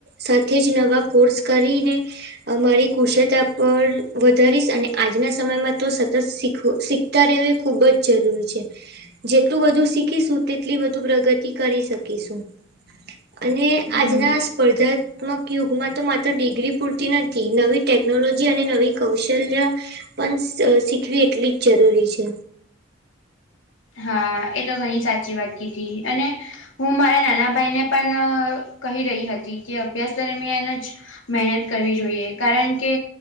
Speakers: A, on the right; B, on the left.
A: સાથે જ નવા કોર્સ કરીને. અ મારી કુશળતા પર વધારીશ અને આજના સમયમાં તો સતત શીખવું શીખ અત્યારે બી ખુબ જ જરૂરી છે. એટલું બધું શીખીશું તેટલી વધુ પ્રગતિ કરી શકીશું અને આજના
B: હા.
A: સ્પર્ધા. તમક યુગમાં તો માત્ર ડિગ્રી પૂરતી નથી નવી ટેકનોલોજી અને નવી કૌશલ્ય પણ સ અ શીખવી એટલી જ જરૂરી છે.
B: હા એ તો ઘણી સાચી વાત કીધી અને હું મારા નાના ભાઈને પણ કહી રહી હતી કે અભ્યાસ દરમિયાન જ મહેનત કરવી જોઈએ કારણ કે.